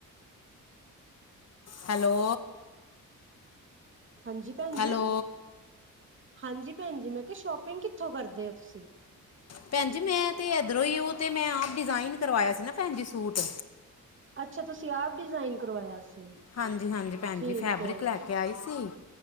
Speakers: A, on the left (about 50°); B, on the right (about 40°).
A: hello?
B: ਹਾਂਜੀ ਭੈਣਜੀ
A: ਹੈਲੋ
B: ਹਾਂਜੀ ਭੈਣ ਜੀ, ਮੈਂ ਕਿਹਾ ਸ਼ੋਪਿੰਗ ਕਿੱਥੋਂ ਕਰਦੇ ਹੋ ਤੁਸੀ?
A: ਭੈਣ ਜੀ, ਮੈਂ ਤੇ ਇਧਰੋਂ ਹੀ, ਉਹ ਤੇ ਮੈਂ ਆਪ, ਡਿਜ਼ਾਇਨ ਕਰਵਾਇਆ ਸੀ, ਨਾ ਭੈਣ ਜੀ। ਸੂਟ
B: ਅੱਛਾ, ਤੁਸੀਂ ਆਪ ਡਿਜ਼ਾਇਨ ਕਰਵਾਇਆ ਸੀ।
A: ਹਾਂਜੀ ਹਾਂਜੀ, ਭੈਣ
B: ਠੀਕ
A: ਜੀ ਫੈਬਰਿਕ
B: ਹੈ
A: ਲੈ ਕੇ ਆਈ ਸੀ